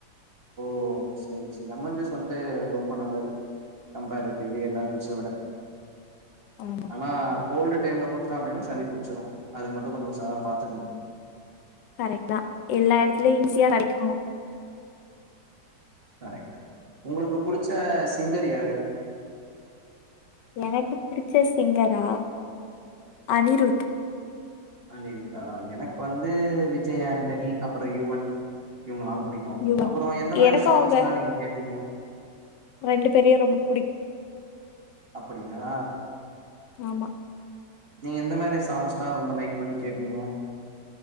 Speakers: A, on the right; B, on the left.
A: ஓ சேரி சேரி லெமன் ஜுஸ் வந்து ரொம்ப நல்லது கம்பாரட்டிவ்லி எல்லா ஜூஸ விட
B: ஆமா
A: ஆனா கோல்டு டைம்ல குடிச்சோம் அப்டின்னா சளி புடிச்சுரும் அது மட்டும் கொஞ்ச உசாரா பாத்துக்கணும்
B: கரெக்ட் தான் எல்லா இடத்துலயும் ஈஸியா கடைக்கும்
A: கரெக்ட் உங்களுக்கு புடிச்ச சிங்கர் யாரு
B: எனக்கு பிடிச்ச சிங்கரா அனிருத்
A: அனிருத்தா எனக்கு வந்து விஜய் ஆண்டனி அப்புறம் யுவன் இவங்களாம் பிடிக்கும்
B: யுவன்
A: அப்புறம் எந்த மாரி
B: எனக்கு
A: சாங்ஸ்
B: அவங்க
A: எல்லா நீங்க கேப்பீங்க
B: ரெண்டு பேரையும் ரொம்ப புடிக்கு
A: அப்படியா
B: ஆமா
A: நீங்க எந்த மாரி சாங்ஸ்னா ரொம்ப லைக் பண்ணி கேப்பீங்க